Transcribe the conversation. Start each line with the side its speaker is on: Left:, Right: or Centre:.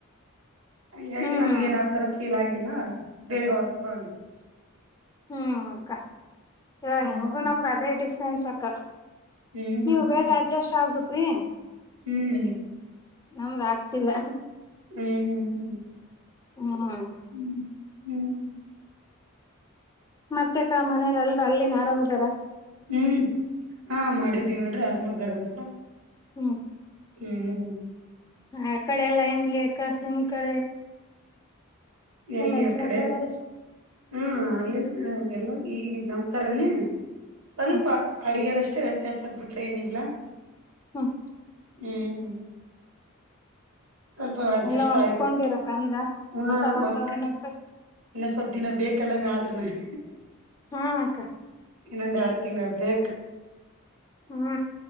Right: ಹೀಗಾಗಿ
Left: ಹ್ಮ್
Right: ನಮ್ಗೆ ಏನ ಆತರ ಫೀಲ್ ಆಗಿಲ್ಲ ಬೇಗ ಅಂದ್ಕೊಂಡು
Left: ಹ್ಮ್ಕ್ಕ ಇವಾಗ
Right: ಹ್ಮ್
Left: ನಿಮಗು ನಮ್ಗ ಅದೇ ಡಿಫ್ರೆನ್ಸ್ ಅಕ್ಕ
Right: ಹ್ಮ್
Left: ನೀವು
Right: ಹ್ಮ್
Left: ಬೇ ಅಡ್ಜಸ್ಟ್ ಆಗ್ಬಿಟ್ರಿ
Right: ಹ್ಮ್
Left: ನಮ್ಗ ಆಗ್ತಿಲ್ಲ
Right: ಹ್ಮ್ ಹ್ಮ್್ಮ
Left: ಹಾ
Right: ಹ್ಮ್ ಹ್ಮ್
Left: ಮತ್ತೆಕ್ಕ ಮನೇನಲ್ರ ಅಲ್ಲಿನ್ ಆರಾಮ್ದಾರ
Right: ಹ್ಮ್ ಹಾ ಮಾಡಿದ್ದೀವಿ ನೋಡ್ರಿ ಆರಾಮದಾರಂತ
Left: ಹ್ಮ
Right: ಹ್ಮ್
Left: ಆ ಕಡೆ ಎಲ್ಲಾ ಹೆಂಗ ನಿಮ್ ಕಡೆ ನಿಮ್
Right: ಎಲ್ಲಿ
Left: ಹಸ್ಬೆಂಡ್
Right: ಯ ಕಡೆ
Left: ಅವರಲ್ಲಿ
Right: ಹ್ಮ ಅಲ್ಲಿ ಎಲ್ಲ ಈಗ ನಂಬ್ತಾರನೇ ಸ್ವಲ್ಪ
Left: ಹ್ಮ್
Right: ಅಡಿಗೆದಷ್ಟೇ ವ್ಯತ್ಯಾಸ ಆಗ್ಬಿಟ್ರೆ ಏನಿಲ್ಲ
Left: ಹ್ಮ್
Right: ಹ್ಮ್್ಮ ಸ್ವಲ್ಪ ಅರ್ಜಸ್
Left: ಎಲ್ಲಾ ಹೊಂದ್ಕೊಂಡಿರಕ್ಕ
Right: ಆಯಿ
Left: ಅಂದ್ರ
Right: ಹ್ಮ
Left: ಹೊಸ ವಾತಾವರಣಕ್ಕ
Right: ಒಂದ್ ಕಡೆ ಇನ್ನು ಸ್ವಲ್ ದಿನ ಬೇಕಲ್ಲ ಮ ಆದ್ರು ನಗೆ
Left: ಹಾ ಅಕ್ಕ
Right: ಇನ್ನೊಂದ ಎರಡು ತಿಂಗಳು ಬೇಕು
Left: ಹ್ಮ